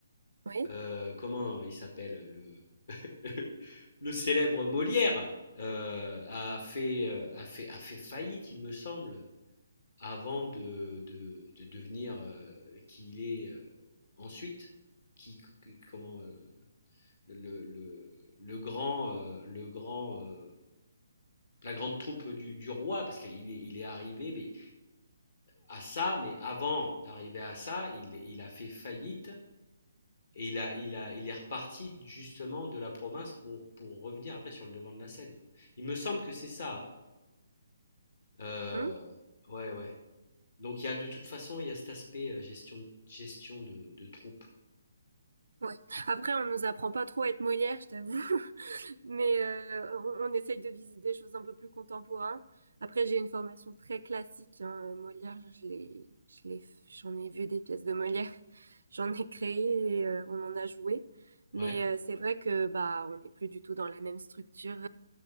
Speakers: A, on the right; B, on the left.
A: Oui.
B: Heu, comment il s'appelle le <laughs> le célèbre Molière, heu, a fait, heu, a fait a fait faillite, il me semble. avant de de de devenir, heu, qui il est, heu, ensuite, qui co comment, heu, le le le grand, heu, le grand, heu, la grande troupe du du roi parce qu'il est il est arrivé, mais à ça, mais avant d'arriver à ça, il il a fait faillite et il a il a il est reparti justement de la province pour pour revenir après sur le devant de la scène. Il me semble que c'est ça, hein? Heu,
A: Hum
B: ouais, ouais. Donc il y a de toute façon, il y a cet aspect, heu, gestion de- gestion de de troupe.
A: ouais. Après, on nous apprend pas trop à être Molière, je t'avoue. <laughs> mais euh, on, on essaye de viser des choses un peu plus contemporaines. Après, j'ai une formation très classique. Hein. Molière, je l'ai, je l'ai, j'en ai vu des pièces de Molière, <laughs> j'en ai créé et euh, on en a joué. Mais
B: Ouais,
A: euh, c'est vrai que bah on n'est plus du tout dans la même structure